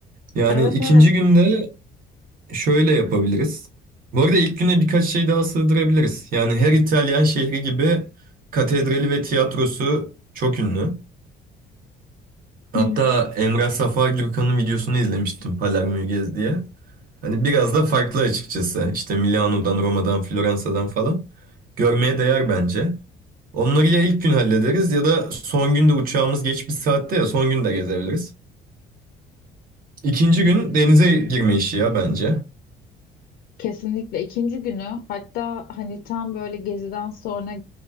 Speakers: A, on the right; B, on the left.
A: Yani
B: Evet
A: ikinci
B: evet.
A: günde şöyle yapabiliriz. Bu arada ilk güne birkaç şey daha sığdırabiliriz. Yani her İtalyan şehri gibi katedrali ve tiyatrosu çok ünlü. Hatta
B: Hı hı.
A: Emrah Safar Gürkan'ın videosunu izlemiştim Palermo'yu gez diye. Hani biraz da farklı açıkçası. İşte Milano'dan, Roma'dan, Floransa'dan falan. Görmeye değer bence. Onları ya ilk gün hallederiz ya da son günde uçağımız geç bir saatte ya son gün de gezebiliriz. İkinci gün denize girme işi ya bence.
B: Kesinlikle ikinci günü hatta hani tam böyle geziden sonra